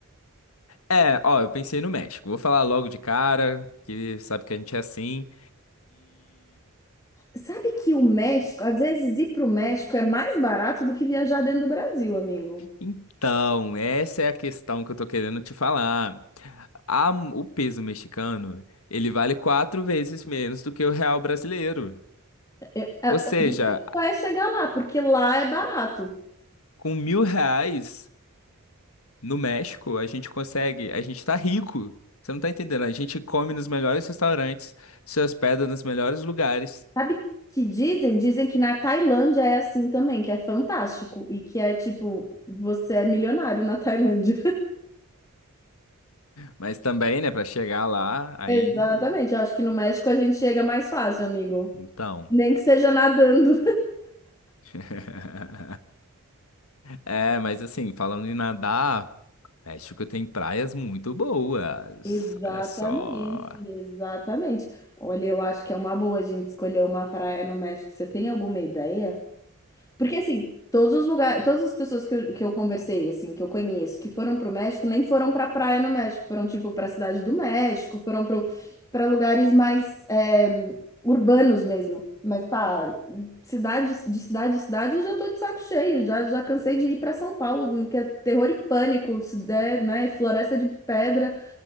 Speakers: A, on the left; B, on the left.
A: É, ó, eu pensei no México. Vou falar logo de cara, que sabe que a gente é assim.
B: Sabe que o México, às vezes ir para o México é mais barato do que viajar dentro do Brasil, amigo.
A: Então, essa é a questão que eu tô querendo te falar. A- o peso mexicano, ele vale quatro vezes menos do que o real brasileiro.
B: É, é,
A: Ou seja,
B: o difícil é chegar lá, porque lá é barato.
A: com mil reais no México, a gente consegue, a gente tá rico. Você não tá entendendo? A gente come nos melhores restaurantes, se hospeda nos melhores lugares.
B: Sabe que dizem? Dizem que na Tailândia é assim também, que é fantástico e que é tipo, você é milionário na Tailândia.
A: Mas também, né, pra chegar lá,
B: <laughs>
A: aí,
B: Exatamente. Eu acho que no México a gente chega mais fácil, amigo.
A: então.
B: Nem que seja nadando.
A: <laughs> É, mas assim, falando em nadar, México tem praias muito boas.
B: Exatamente,
A: Olha só.
B: exatamente. Olha, eu acho que é uma boa a gente escolher uma praia no México. Você tem alguma ideia? Porque assim, todos os lugares, todas as pessoas que eu, que eu conversei, assim, que eu conheço, que foram pro México, nem foram pra praia no México, foram tipo pra cidade do México, foram pro, pra lugares mais é, urbanos mesmo. Mas pá, cidade, de cidade em cidade, eu já tô de saco cheio, já, já cansei de ir pra São Paulo, que é terror e pânico, se der, né, floresta de pedra,